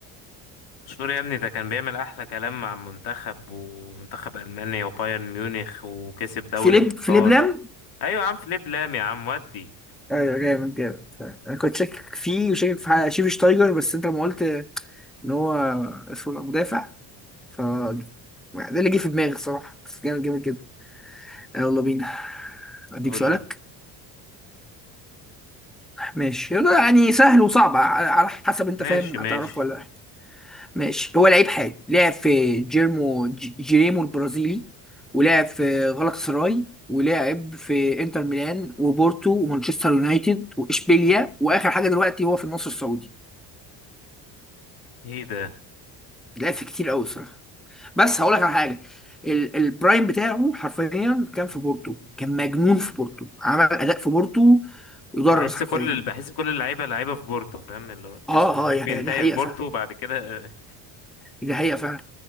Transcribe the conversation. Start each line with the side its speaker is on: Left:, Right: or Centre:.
Left: مشهور يا ابني ده كان بيعمل احلى كلام مع المنتخب ومنتخب المانيا وبايرن ميونخ وكسب دوري
Centre: فيليب
Left: ابطال
Centre: فيليب لام
Left: ايوه يا عم فليب لام يا عم ودي
Centre: ايوه جامد جامد انا كنت شاكك فيه وشاكك في حاجة- شيفي شتايجر بس انت لما قلت ان هو اسمه مدافع ف ده اللي جه في دماغي صراحة بس جامد جامد جدا آه، يلا بينا اديك
Left: قول
Centre: سؤالك
Left: لي
Centre: ماشي يلا يعني سهل وصعب ع- على حسب انت
Left: ماشي
Centre: فاهم
Left: ماشي
Centre: هتعرفه ولا لا ماشي هو لعيب حالي لعب في جيرمو ج- جيريمو البرازيلي ولعب في غلطة سراي ولعب في انتر ميلان وبورتو ومانشستر يونايتد واشبيليا واخر حاجة دلوقتي هو في النصر السعودي
Left: ايه ده
Centre: لعب في كتير قوي بس هقول لك على حاجه ال- البرايم بتاعه حرفيا كان في بورتو كان مجنون في بورتو عمل اداء في بورتو يدرس
Left: بحس
Centre: حرفيا
Left: كل ال- بحس كل اللعيبه لعيبه في بورتو فاهم اللي هو تحس
Centre: اه
Left: ان اللعيب
Centre: اه هي
Left: بينتهي
Centre: هي دي حقيقه
Left: في بورتو
Centre: فعلا
Left: وبعد كده آه،
Centre: دي حقيقه فعلا